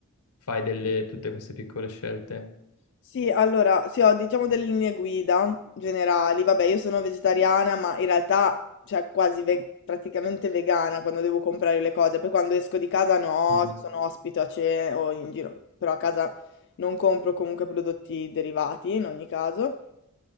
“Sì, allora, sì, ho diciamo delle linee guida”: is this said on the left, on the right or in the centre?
Left